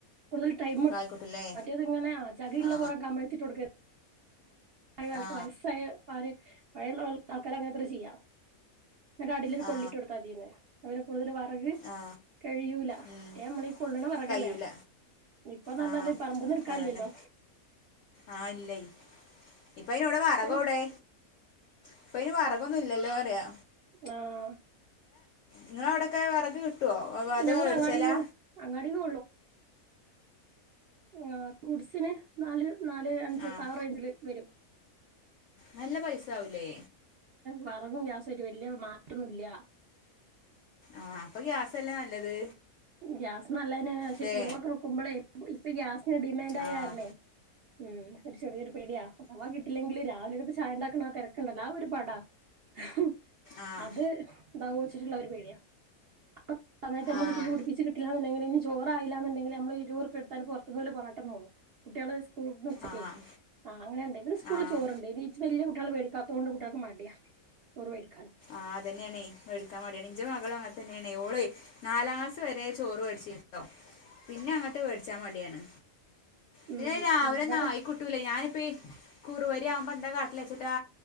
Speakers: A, on the right; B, on the left.
A: കൂടുതൽ ടൈം
B: കായിക്കോട്ടല്ലേ
A: മറ്റേത് ഇങ്ങനെ ചകിയുള്ള
B: ആ
A: പോരെ കമഴത്തിട്ട കൊടുക്ക കാലത്ത്
B: ആ
A: വയസ്സായ ആര് പഴയള്ള ആൾക്കർ അങ്ങനെത്ര ചെയ്യാം അടലൊരു
B: ആ
A: കൊള്ളിട്ട് കൊടുത്താൽ മതിീന്ന് അവന് കൂടുതൽ വറക്
B: ആ
A: കഴിയൂലറ്റേ
B: ഉം,
A: മളി കൊള്ളണ വറകല്ലേ
B: കഴിയൂല
A: ഇപ്പൊ നന്നല്
B: ആ
A: പറമ്പ് നിർക്കല്ലല്ലോ
B: അതന്നെ ആഹ് ഇല്ല ഇപ്പ ഇനോടെ വറകോടെ
A: അപ്പ
B: ഇപ്പൊ ഇനി വറകൊന്നും ഇല്ലല്ലോ പറയാ
A: ആഹ്
B: ഇങ്ങളവിടൊക്കെ വിറക് കിട്ടുവോ അ അതൊ
A: ഞങ്ങള്
B: വേടിച്ചലാ.
A: അങ്ങാടിന്ന് അങ്ങാടിന്ന് ആ ഗുഡ്സിന് നാല് നാല് അഞ്ച്
B: ആഹ്
A: ഒക്കെ ആ റേഞ്ചില് വരും.
B: നല്ല പൈസ ആവുലേ.
A: വെറെകും ഗ്യാസുആയിറ്റ് വല്യ മാറ്റൊന്നില്ല.
B: ആഹഹ് അപ്പൊ ഗ്യാസല്ലേ നല്ലത്
A: ഗ്യാസ് നല്ലതന്നെയാണ് പക്ഷേ
B: ല്ലേ
A: കുറവൊക്കെ വെക്കുമ്പോളെ ഇപ്പ ഗ്യാസ് ന് ഡിമാന്റായ
B: ആഹ്
A: കാരണേ ഉം ഒരു ചെറിയൊരു പേടിയ അഥവാ കിട്ടില്ലെങ്കില് രാവിലകത്തെ ചായ ഉണ്ടാക്കുന്ന ആ തിരക്കുണ്ടല്ലോ ആ ഒരു പടാ ഹ് ഹ്
B: ആഹ്
A: അത് ഇണ്ടാകൂ വെച്ചിട്ടുള്ള ഒരു പേടിയാ ആ സമയത്ത് നമുക്ക്
B: ആഹ്
A: തീ പിടി കിട്ടില്ലാന്നുണ്ടെങ്കിൽ ഇ ചോറായില്ലാന്നുണ്ടങ്കിൽ നമ്മൾ ഇരുപറുപ്പ്യ കൊടുത്താൽ പുറത്തുന്ന് ഓല് പൊറാട്ടന്നോളും. കുട്ടികള് സ്കൂൾന്ന് ഉച്ചക്കെ
B: ആഹ്
A: ആ അങ്ങനെയുണ്ട് ഇബലെ സ്കൂളിൽ
B: ആഹ്
A: ചോറുണ്ട് ഇനി ഇച്ചി വലിയ കുട്ടികൾ വേടി കാത്തോണ്ട് കുട്ട്യേൽക് മടിയ ചോർ വേടി
B: ആഹ് തന്നേണയ് വേടിക്കാൻ മടിയാണ്. ഇഞ്ച മകളും അങ്ങനത്തന്നെ അതെന്നെനായ്‌ ഓളെയ് നാലാളാസ് വരെ ചോറ് വേടിച്ചീന്നൂട്ടോ പിന്നെ അങ്ങോട്ട് വേടിച്ചാ മടിയാണ്. പിന്നെ
A: ഉം
B: രാവിലെ
A: ഇവിടെ
B: നായിക്കുട്ടൂലേ ഞാനിപ്പ കുറുവരി ആവുമ്പോ എന്താ ല്ലച്ചേട്ടാ